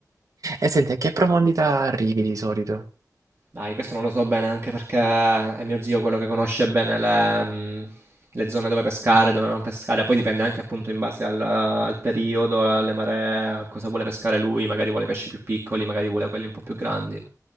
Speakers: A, on the right; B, on the right.
A: E senti, a che profondità arrivi di solito?
B: Dai, questo non lo so bene anche perché è mio zio quello che conosce bene le, mh, le zone dove pescare, dove non pescare. Poi dipende anche appunto in base al, al periodo, alle maree, a cosa vuole pescare lui. Magari vuole pesci più piccoli, magari vuole quelli un po' più grandi.